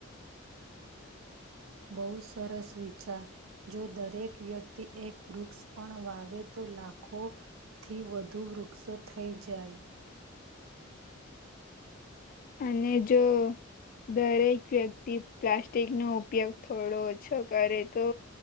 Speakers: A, on the right; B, on the left.
A: બહુ સરસ વિચાર જો દરેક વ્યક્તિ એક વૃક્ષ પણ વાવે તો લાખો થી વધુ વૃક્ષો થઈ જાય.
B: અને જો દરેક વ્યક્તિ પ્લાસ્ટિક નો ઉપયોગ થોડો ઓછો કરે તો